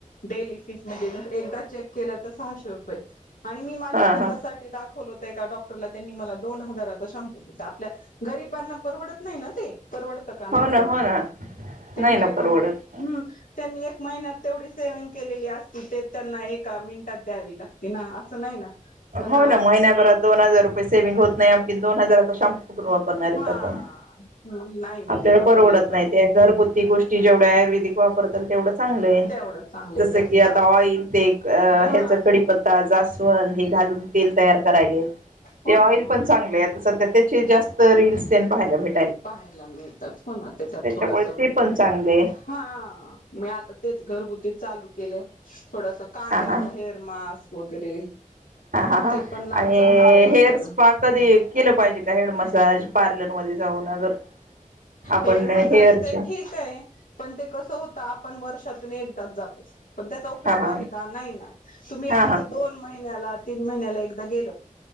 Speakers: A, on the left; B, on the right.
A: डेली फीस मधील म्हणजे एकदा चेक केलं तर सहाशे रुपये. आणि मी माझ्या
B: हा
A: केसासाठी
B: हा
A: दाखवलो एका डॉक्टरला त्यांनी मला दोन हजाराचा शॅम्पू दिलता, आपल्या गरीबांना परवडत नाही ना ते. परवडतं का? नाही
B: हो ना
A: परवडत,
B: हो ना
A: त्यांचे
B: नाही ना परवडत
A: काम हम्म त्यांनी एक महिन्यात तेवढी सेविंग केलेली असती, ते त्यांना एका मिनिटात द्यावी लागती ना. नाही ना पण
B: हो ना. महिन्याभरात दोन हजार रुपये सेविंग होत नाही आपली, दोन हजारचा शॅम्पो कुटून वाप देणारेत
A: हा
B: आपण,
A: मग नाही मी
B: आपल्याला
A: ते वापरला
B: परवडत
A: पण
B: नाही त्या घरगुती गोष्टी जेवढं आयुर्वेदिक वापरताल तेवढं चांगलंय.
A: तेवढं चांगले
B: जस
A: जर
B: की आता
A: का
B: <unintelligible>
A: हा
B: हेचा कडीपत्ता जा जास्वंद हे घालून तेल तयार करायले,
A: हो
B: हे ऑइल
A: ना हो
B: पण
A: ना
B: चांगलेत आता सध्या त्याचे जास्त रील्स पण पाहायला भेट
A: पाहायला मिळतात हो ना. त्याच्यात
B: त्याच्यामुळे
A: थोडस
B: ते पण चांगले
A: हा म आता ते घरगुती चालू केले थोडास
B: हा
A: कांद्याचा
B: हा
A: हेअर मास्क वगैरे
B: हा हा हा
A: ते पण लावतात
B: आणि
A: ना बरेच
B: हेअर
A: जण
B: स्पा कधी केलं पाहिजे का? हेड मसाज पार्लरमध्ये जाऊन अगर आपण
A: हेड मसाज
B: हेअरच्या
A: ते ठीक आहे, पण ते कस होत आपण वर्षात तुन एकदाच जातो पण त्याचा उपयोग
B: हा हा
A: आहे का? नाही ना तुम्ही असं
B: हा हा
A: दोन महिन्याला तीन महिन्याला एक म गेलं